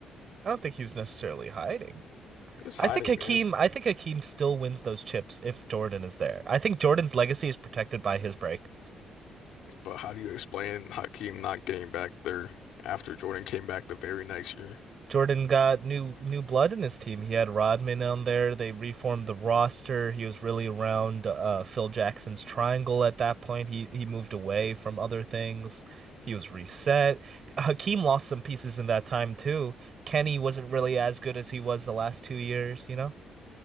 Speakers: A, on the right; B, on the left.
A: I don't think he was necessarily hiding.
B: He was hiding,
A: I think Hakeem.
B: man.
A: I think Hakeem still wins those chips if Jordan is there. I think Jordan's legacy is protected by his break.
B: But how do you explain Hakeem not getting back there after Jordan came back the very next year?
A: Jordan got new new blood in his team. He had Rodman on there. They reformed the roster. He was really around uh, Phil Jackson's triangle at that point. He he moved away from other things. He was reset. Hakeem lost some pieces in that time too. Kenny wasn't really as good as he was the last two years, you know?